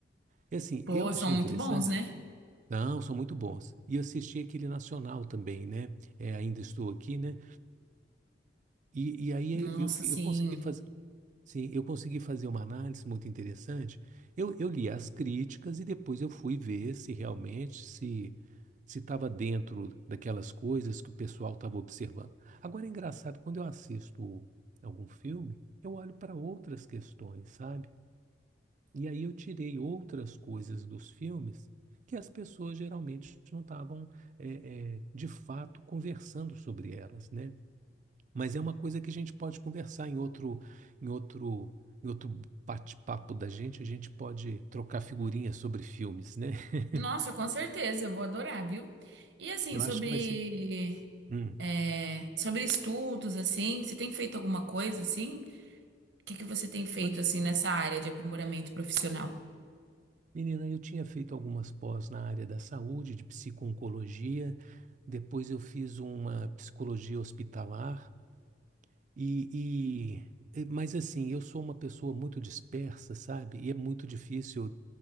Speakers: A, on the right; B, on the right.
A: E assim,
B: Pô,
A: eu achei
B: são muito
A: interessante.
B: bons, né?
A: Não, são muito bons. E eu assisti aquele nacional também, né? Eh, ainda estou aqui, né? E, e aí
B: Nossa,
A: eu, fi-
B: sim.
A: eu consegui fazer. Sim, eu consegui fazer uma análise muito interessante. Eu, eu li as críticas e depois eu fui ver se realmente se se estava dentro daquelas coisas que o pessoal estava observando. Agora é engraçado, quando eu assisto algum filme, eu olho para outras questões, sabe? E aí eu tirei outras coisas dos filmes que as pessoas geralmente não estavam eh, eh, de fato conversando sobre elas, né? Mas é uma coisa que a gente pode conversar em outro, em outro, em outro bate-papo da gente, a gente pode trocar figurinhas sobre filmes, né? <laughs>
B: Nossa, com certeza, eu vou adorar, viu? E assim,
A: Eu
B: sobre,
A: acho que vai ser. Hum.
B: é, sobre estudos, assim, você tem feito alguma coisa assim? O que que você tem feito
A: Mas,
B: assim nessa área de aprimoramento profissional?
A: menina, eu tinha feito algumas pós na área da saúde, de psico-oncologia. Depois eu fiz uma psicologia hospitalar. E, e- e- mas assim, eu sou uma pessoa muito dispersa, sabe? E é muito difícil. eu-